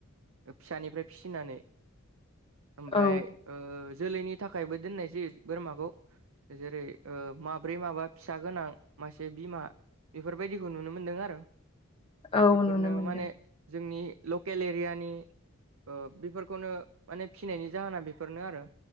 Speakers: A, on the right; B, on the left.
A: फिसानिफ्राय फिसिनानै ओमफ्राय
B: औ
A: ओ जोलैनि नि थाखायबो दोननाय जायो बोरमाखौ जेरै ओ माब्रै माबा फिसा गोनां मासे बिमा बेफोरबायदिखौ नुनो मोनदों आरो
B: औ
A: बेफोरनो
B: नुनो मोनदों
A: माने जोंनि ल केलेरियानि ओ बेफोरखौनो माने फिनायनि जाहोना बेफोरनो आरो।